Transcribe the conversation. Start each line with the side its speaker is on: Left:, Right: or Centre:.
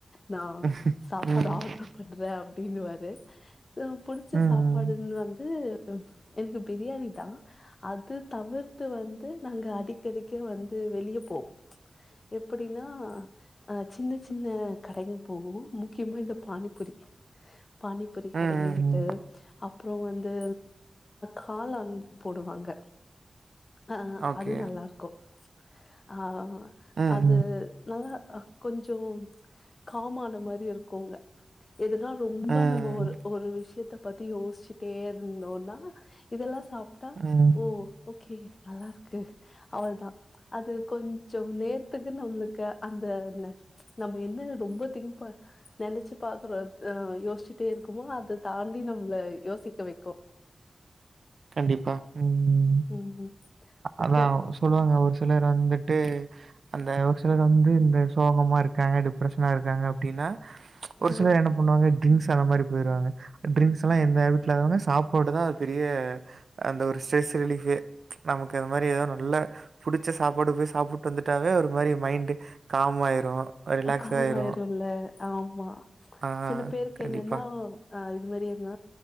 Left: நா
Right: ம்.
Left: சாப்பாடு
Right: ம்.
Left: ஆட்ரு பண்ற அப்படின்னுவாரு புடிச்ச
Right: ம்.
Left: சாப்பாடுன் வந்து எனக் பிரியாணி தா அது தவிர்த்து வந்து நாங்க அடிக்கடிக்க வந்து வெளியே போவோ எப்படின்னா ஆ சின்ன சின்ன கடைகள் போவோ முக்கியமா இந்த பானிபுரி பானிபுரி
Right: ம்.
Left: கடைங்களுக்கு அப்பறோ வந்து காலன் போடுவாங்க ஆ
Right: ஓகே.
Left: அது நல்லாருக்கு ஆ
Right: ம்.
Left: அது நல்லா கொஞ்ச காமான மாரி இருக்கும்ங்க எதுனா ரொம்ப
Right: ம்.
Left: நம்ம ஒரு ஒரு விஷயத்த பத்தி யோசிச்சுட்டே இருந்தோன்னா இதெல்லா சாப் டா
Right: ம்.
Left: ஓ ஓகே நல்லாருக்கு அவள தா அது கொஞ்ச நேரத்துக்கு நம்மளுக்கு அந்த ன நம்ம என்ன ரொம்ப திங்க் ப நெனைச்சு பாக்குறோ ஆ யோசிச்சிட்டே இருக்குமோ அத தாண்டி நம்மள யோசிக்க வைக்கு
Right: கண்டிப்பா ம்
Left: ம். அப்புறம்
Right: அதா சொல்லுவாங்க ஒரு சிலர் வந்துட்டு அந்த ஒரு சிலர் வந்து இந்த சோகமா இருக் கயாடு டிப்ரஷனா இருக்காங்க அப்டின்னா ஒரு
Left: அ
Right: சிலர் என்ன பண்ணுவாங்க ட்ரிங்க்ஸ் அந்த மாரி போயிருவாங்க ட்ரிங்க்ஸ்ல்லா எந்தவுக் லவங்க சாப்பாட்டுதா பெரிய அந்த ஒரு ஸ்ட்ரெஸ் ரிலீஃபே நமக்கு அது மாரி ஏதோ நல்ல புடிச்ச சாப்பாடு போய் சாப்பிட்டு வந்துட்டாவே ஒரு மாரி மைண்டு காம் ஆயிரும், ரிலாக்ஸ்
Left: காமாயிருல்ல
Right: ஆயிரும்.
Left: ஆமா
Right: ஆ,
Left: சில பேருக்கு
Right: கண்டிப்பா.
Left: என்னன்னா ஆ இது மாரி எங்க